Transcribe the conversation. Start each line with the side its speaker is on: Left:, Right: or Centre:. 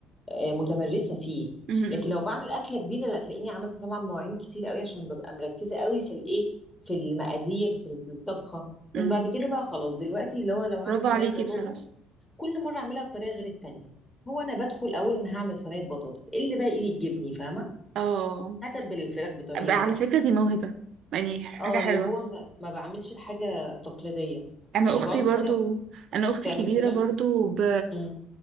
Left: آه، متمرسه فيه
Right: أمم، أمم.
Left: لكن لو بعمل اكله جديده لا تلاقيني عملت طبعا مواعين كتير قوي عشان ببقى مركزه قوي في الايه في المقادير في في الطبخه
Right: امم.
Left: بس بعد كده بقى خلاص دلوقتي اللي هو لو هعمل
Right: برافو
Left: صينيه
Right: عليكي
Left: بطاطس
Right: بصراحة
Left: كل مره اعملها بطريقه غير التانيه هو انا بدخل اول انا هعمل صينيه بطاطس إيه اللي بقى ايدي تجيبني فاهمه
Right: اه
Left: هتبل الفراخ بطريقه
Right: بقى على فكرة دي موهبة يعني حاجة
Left: اه
Right: حلوة
Left: اللي هو ما, ما بعملش الحاجه تقليديه
Right: انا
Left: يعني
Right: اختي
Left: بقعد اتخانق
Right: برضو انا اختي
Left: تعمل
Right: كبيرة
Left: كده
Right: برضو ب...
Left: امم